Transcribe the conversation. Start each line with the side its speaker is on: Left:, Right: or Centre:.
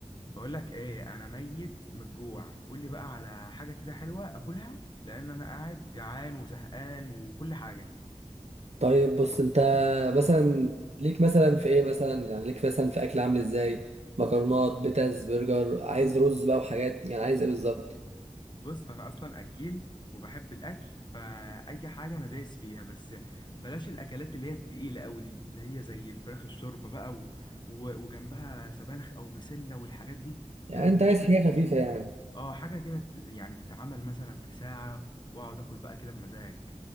Left: بقول لك ايه انا ميت من الجوع قول لي بقى على حاجه كده حلوه اكلها لان انا قاعد جعان وزهقان وكل حاجه
Right: طيب بص انت مثلا ليك مثلا في ايه مثلا يعني ليك مثلا في اكل عامل ازاي مكرونات بيتز برجر عايز رز بقى وحاجات يعني عايز ايه بالظبط
Left: بص انا اصلا اكيل وبحب الاكل فاي حاجه انا دايس فيها بس بلاش الاكلات اللي هي التقيله قوي دي اللي هي زي الفراخ الشوربه بقى و... و... وجنبها سبانخ او بسله والحاجات دي
Right: يعني
Left: لا انا
Right: انت عايز
Left: مش
Right: حاجه خفيفه يعني
Left: اه حاجه كده ت- يعني تتعمل مثلا في ساعه واقعد اكل بقى كده بمزاج